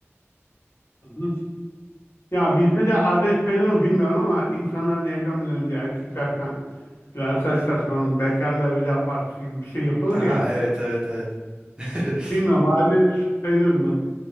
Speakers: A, on the left (about 65°); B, on the right (about 15°).
A: hı hı. Ya bizde de adet sayılır mı bilmiyorum ama insanların evlenmeden önce erkekler falan, böyle arkadaşlar falan bekarlığa veda partisi gibi bir şey yapılır
B: Aha
A: ya.
B: evet evet evet. <laughs>
A: Bilmiyorum
B: Do-
A: adet sayılır mı?